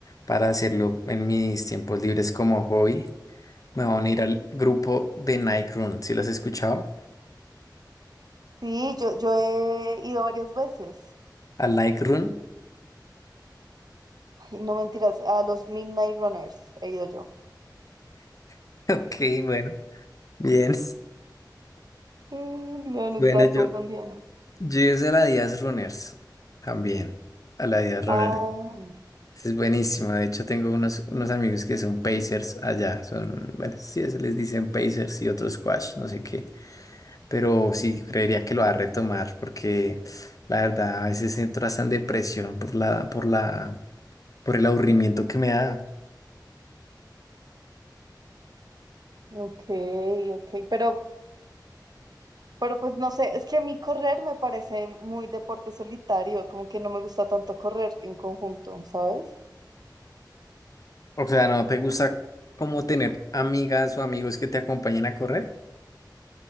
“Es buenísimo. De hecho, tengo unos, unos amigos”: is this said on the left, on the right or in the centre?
Left